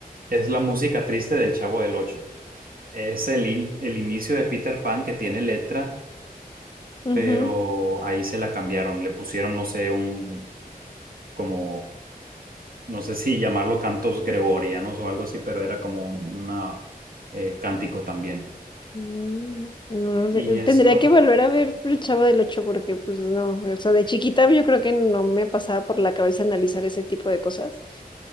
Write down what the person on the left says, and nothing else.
ujú.
Mm, No,
de-
tendría
que volver a ver El Chavo del Ocho porque pues no, o sea, de chiquita yo creo que no me pasaba por la cabeza analizar ese tipo de cosas.